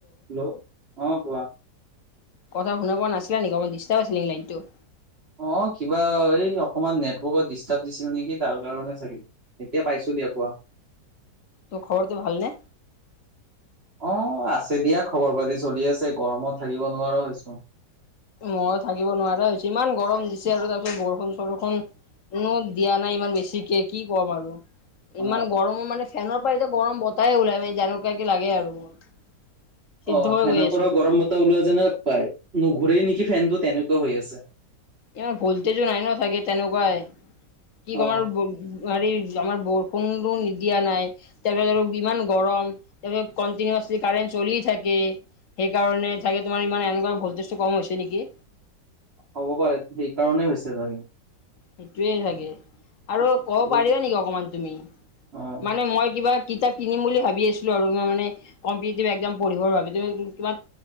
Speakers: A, on the right (about 35°); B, on the left (about 50°).
A: Hello অ কোৱা
B: কথা শুনা পোৱা নাছিলে নেকি অকণমান ডিষ্টাৰ আছিল নেকি লাইনটো।
A: অ কিবা এই অকমান নেটৱৰ্কত ডিষ্টাৰ্ব দিছিল নেকি তাৰ কাৰণে চাগে এতিয়া পাইছো। দিয় কোৱা
B: তোৰ খবৰটো ভালনে।
A: অ আছে দিয়া খবৰ পাতি চলি আছে গৰমত থাকিব নোৱাৰো হৈছো।
B: মই থাকিব নোৱাৰা হৈছে ইমান গৰম দিছে আৰু তাৰ পিছত বৰষুণ চৰষুণ উ দিয়া নাই ইমান বেছিকে কি ক'ম আৰু।
A: অ
B: ইমান গৰমৰ মানে ফেনৰ পৰা এতিয়া গৰম বতাহ ওলাই ম যেনেকুৱ কি লাগে আৰু মোৰ। সিদ্ধ
A: অ
B: হৈ
A: ফেনৰ
B: গৈ আছো
A: পৰাও
B: পুৰা
A: গৰম মতা ওলোৱা যেনে পায় নুঘূৰেই নেকি। ফেনটো তেনেকুৱা হৈ আছে।
B: ইমান ভলটেজো নাই ন চাগে তেনেকুৱাই কি
A: অ
B: তোমাৰ হেৰি। আমাৰ বৰষুণো দিয়া নাই, তাৰে পিছত আৰু ইমান গৰম, তাৰে পিছত কন্টিনুৱাচলি কাৰেণ্ট চলি থাকে, সেইকাৰণে থাকে তোমাৰ ইমান এনেকুৱা ভলটেজটো কম হৈছে নেকি।
A: হ'ব পাৰে, সেই কাৰণেই হৈছে চাগে।
B: সেইটোৱে চাগে আৰু
A: অ
B: ক'ব
A: বহুত
B: পাৰি নেকি অকমান তুমি
A: অ
B: মানে মই কিবা কিতাপ কিনিম বুলি ভাবি আছিলো আৰু মই মানে কম্পিওটিভ এক্জাম পঢ়িবৰ বাবে, কিবা